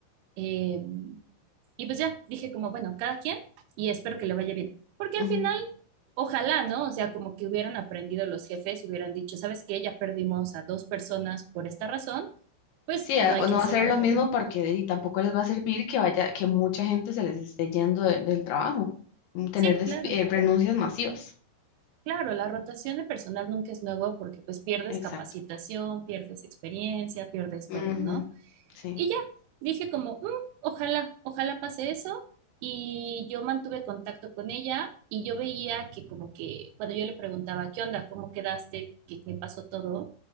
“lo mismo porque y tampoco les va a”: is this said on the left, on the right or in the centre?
Left